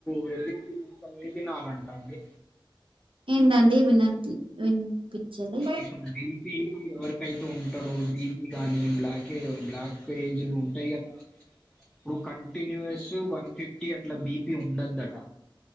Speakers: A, in the centre; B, on the right.
A: వెల్లుల్లి ముక్కలు తినాలంటండి
B: ఏంటండి వినట్ వినిపించలే
A: ఇప్పుడు తీపి ఎవరికైతే ఉంటారో తీపి కాని బ్లాక్ బ్లాక్ పేజ్లు ఉంటాయి కదా ఇప్పుడు క కంటిన్యుూస్ వన్ ఫిఫ్టీ అట్లా బీపీ ఉండదట